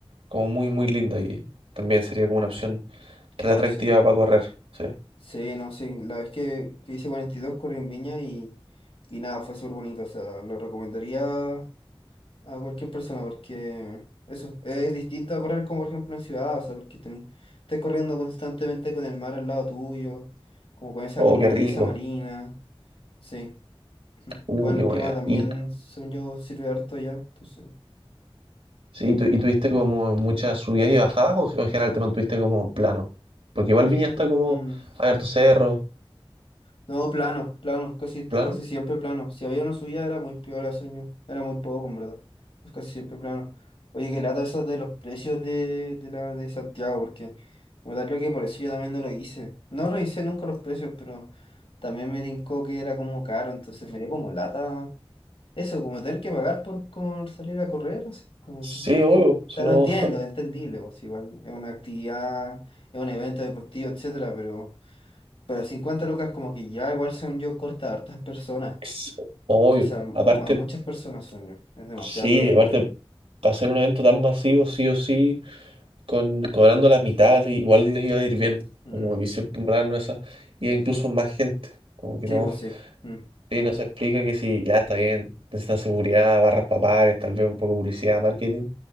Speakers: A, on the right; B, on the left.
A: como muy, muy linda y también sería como una opción re
B: oh,
A: atractiva
B: sí.
A: para correr. sí.
B: Sí, no, sí. La vez que, que hice cuarenta y dos corrí en Viña y, y nada, fue súper bonito. O sea, lo recomendaría a cualquier persona porque eso es distinto a correr como por ejemplo en ciudad. O sea, porque tenés- estás corriendo constantemente con el mar al lado tuyo, como con esa
A: Oh,
B: como
A: qué rico.
B: brisa marina. Sí. Ujú.
A: Uh,
B: Bueno,
A: qué
B: el
A: buena.
B: clima también,
A: ¿Y,
B: según yo, sirve harto ya. Entonces,
A: sí,
B: mm.
A: tu- y tuviste como muchas subidas y bajadas o, o en general te mantuviste como plano? Porque igual Viña
B: Mm.
A: está como
B: mm.
A: abierto cerro,
B: No, plano, plano, casi, casi
A: plano.
B: siempre plano. Si había una subida era muy peor sueño, era muy poco, en verdad. Es casi siempre plano. Oye, qué lata eso de los precios de, de la de Santiago, porque en verdad creo que por eso yo también no lo hice. No revisé nunca los precios, pero también me tincó que era como caro, entonces me dio como lata. Eso, como tener que pagar por como salir a correr, así, como
A: Sí,
B: que.
A: obvio, si
B: O sea,
A: no,
B: lo entiendo, es entendible, pues igual es una actividad, es un evento deportivo, etcétera, pero. Pero 50 lucas como que ya igual según yo corta a hartas personas.
A: <laughs> es obvio.
B: O sea, m-
A: Aparte,
B: a muchas personas sueño. Es demasiado
A: sí,
B: plata,
A: aparte,
B: creo
A: para hacer un evento tan masivo, sí o sí, con, cobrando la mitad, i- igual les iba a ir bien.
B: yo.
A: Como
B: Mm,
A: que siempre molaron esas, y incluso más gente. Como que
B: Sí,
A: no,
B: pues sí. Mm,
A: sí,
B: uf,
A: no se explica que si ya está bien, necesitan seguridad, barras para pares, tal vez un poco de publicidad, marketing.